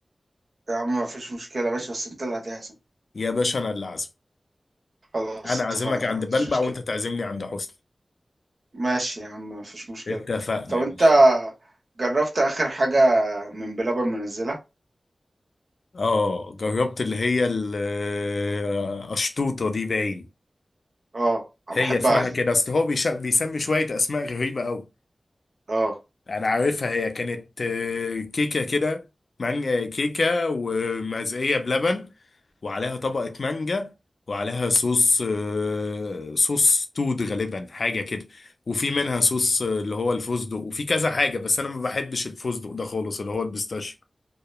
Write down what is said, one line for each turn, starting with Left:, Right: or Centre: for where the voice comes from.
Right: يا عم مفيش مشكلة ماشي بس انت اللي هتحزم
Left: يا باشا انا اللي عازم
Right: خلاص
Left: انا
Right: اتفقنا
Left: عازمك
Right: ما
Left: عند
Right: عنديش
Left: بلبع
Right: مشكلة
Left: وانت تعزمني عند حسن
Right: ماشي يا عم مفيش مشكلة
Left: اتفقنا
Right: طب
Left: يا
Right: انت
Left: باشا
Right: جربت اخر حاجة من بلبن منزلها
Left: اه جربت اللي هي القشطوطة دي باين
Right: اه أنا
Left: هي
Right: بحبها
Left: اسمها
Right: دي
Left: كده اصل هو بيش- بيسمي شوية اسماء غريبة قوي
Right: اه
Left: انا عارفها هي كانت آه، كيكه كده مانجا كيكه ومزقيه بلبن وعليها طبقه مانجا وعليها صوص آه، صوص تود غالبا حاجه كده وفي منها صوص آه، اللي هو الفستق وفي كذا حاجه بس انا ما بحبش الفستق ده خالص اللي هو البيستاشيو